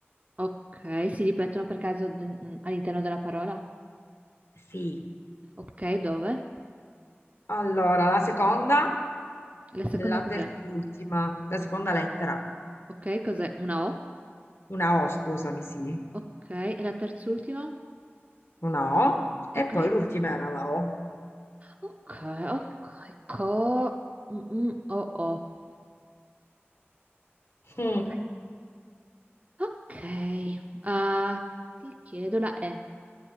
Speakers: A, on the right; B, on the left.
A: Ok, si ripetono per caso d- mm, all'interno della parola?
B: sì.
A: Ok, dove?
B: Allora, la seconda
A: La
B: della
A: seconda cos'è?
B: terz'ultima, la seconda lettera,
A: Ok, cos'è? Una O?
B: una O, scusami, sì,
A: Ok, e la terz'ultima?
B: una O, e
A: Ok,
B: poi l'ultima era la O.
A: Ok, ok, co... mm, mm, oh, oh.
B: Mm.
A: Ok, ok. Ah, ti chiedo la E.